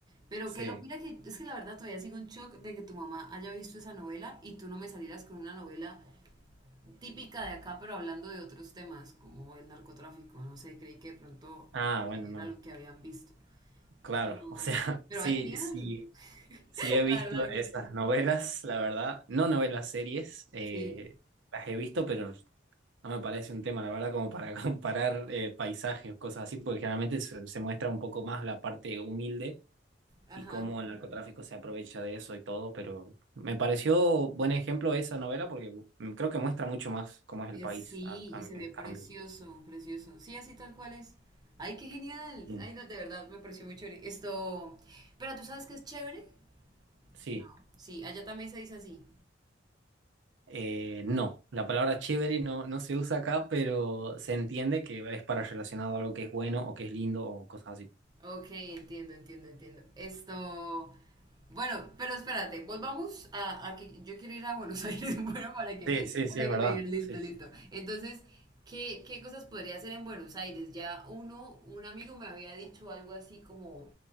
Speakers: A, on the right; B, on the right.
A: Pero
B: sí.
A: que lo, mira que es que la verdad todavía sigo en shock de que tu mamá haya visto esa novela y tú no me salieras con una novela típica de acá, pero hablando de otros temas, como el narcotráfico, no sé, creí que de pronto
B: Ah,
A: eh,
B: bueno, no,
A: era lo que habían visto.
B: claro.
A: Pero,
B: O sea, <laughs>
A: pero
B: sí,
A: ay, genial.
B: sí
A: <laughs>
B: Sí, he visto
A: La verdad
B: esas
A: que
B: novelas, la verdad. No novelas, series. eh,
A: sí.
B: las he visto, pero no me parece un tema, la verdad, como para <laughs> comparar eh, paisajes o cosas así, porque generalmente se, se muestra un poco más la parte humilde
A: Ajá.
B: y cómo el narcotráfico se aprovecha de eso y todo, pero me pareció buen ejemplo esa novela porque creo que muestra mucho más cómo es el
A: Es,
B: país,
A: sí,
B: a- a-
A: y se
B: en
A: ve
B: cambio.
A: precioso, precioso. Sí, así tal cual es. Ay, qué genial.
B: Mm.
A: Ay, no, de verdad, me pareció muy chévere. Esto. Pero tú sabes que es chévere.
B: Sí.
A: No, sí, allá también se dice así.
B: Eh, no, la palabra chévere no, no se usa acá, pero se entiende que es para relacionado a algo que es bueno o que es lindo o cosas así.
A: Ok, entiendo, entiendo, entiendo. Esto. Bueno, pero espérate, volvamos a, a que yo quiero ir a Buenos <laughs> Aires, bueno, para que,
B: Sí, sí,
A: para
B: sí, es
A: que
B: verdad.
A: me digan, listo,
B: Sí, sí.
A: listo. Entonces, ¿qué, qué cosas podría hacer en Buenos Aires? Ya uno, un amigo me había dicho algo así como